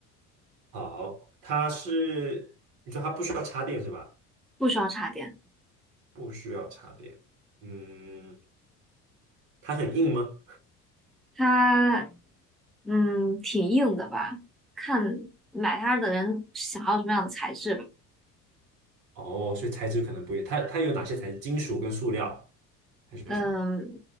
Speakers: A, on the right (about 55°); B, in the centre.
A: 好，它是你说它不需要插电是吧？
B: 不需要插电。
A: 不需要插电。嗯，它很硬吗？
B: 它嗯挺硬的吧，看买它的人想要什么样的材质吧。
A: 哦，所以材质可能不一样。它它有哪些材质？金属跟塑料，还是有什么？
B: 嗯